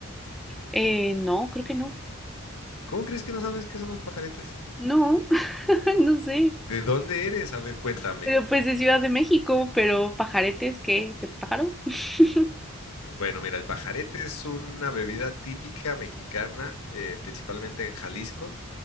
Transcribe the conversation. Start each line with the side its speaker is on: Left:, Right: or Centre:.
Centre: Eh, no, creo que no.
Left: ¿Cómo crees que no sabes qué son los pajaretes?
Centre: No, <laughs> no sé.
Left: ¿De dónde eres? A ver, cuéntame.
Centre: Pero pues de Ciudad de México, pero pajaretes, ¿qué? ¿De pájaro? <laughs>
Left: Bueno, mira, el pajarete es una bebida típica mexicana, eh, principalmente en Jalisco.